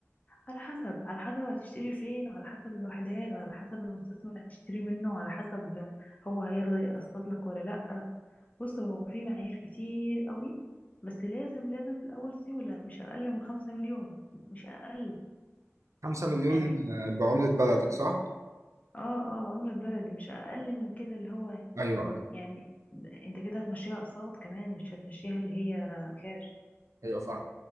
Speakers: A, on the left (about 30°); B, on the right (about 75°).
A: على حسب على حسب هتشتري فين وعلى حسب الوحدات وعلى حسب المستثمر اللي هتشتري منه وعلى حسب هو هيرضى يقسط لك ولا لأ بص هو في معايير كتير قوي بس لازم لازم في الأول سيولة مش أقل من خمسة مليون مش أقل
B: 5 مليون
A: يعني
B: آه، بعمله بلدك صح
A: اه اه بعملة بلدي مش أقل من كده اللي هو
B: ايوه ايوه
A: يعني ده- انت كده هتمشيها أقساط كمان مش هتمشيها اللي هي كاش
B: ايوه فاهم